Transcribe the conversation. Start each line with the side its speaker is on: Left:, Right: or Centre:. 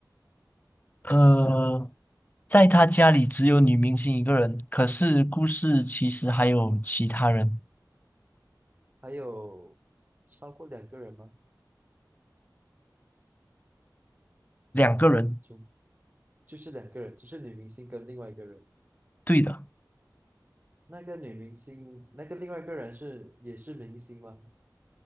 Left: 呃，在他家里只有女明星一个人，可是故事其实还有其他人，
Right: 还有超过两个人吗？
Left: 两个人，
Right: 就就是两个人，就是女明星跟另外一个人。
Left: 对的，
Right: 那个女明星，那个另外一个人是也是明星吗？